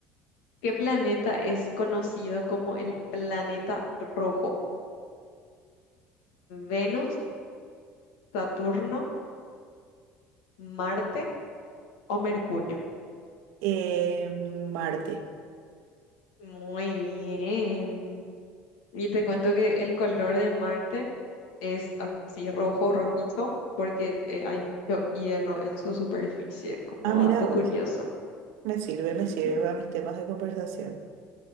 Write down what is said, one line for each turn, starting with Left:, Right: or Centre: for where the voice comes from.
Left: ¿Qué planeta es conocido como el planeta rojo? ¿Venus, Saturno, Marte o Mercurio?
Right: Eh, Marte.
Left: Muy bien. Y te cuento que el color de Marte es así rojo, rojizo, porque eh, hay mucho hierro en su superficie, como
Right: Ah, mira
Left: dato
Right: vos.
Left: curioso.
Right: Me sirve,
Left: Ujú.
Right: me sirve para mis temas de conversación.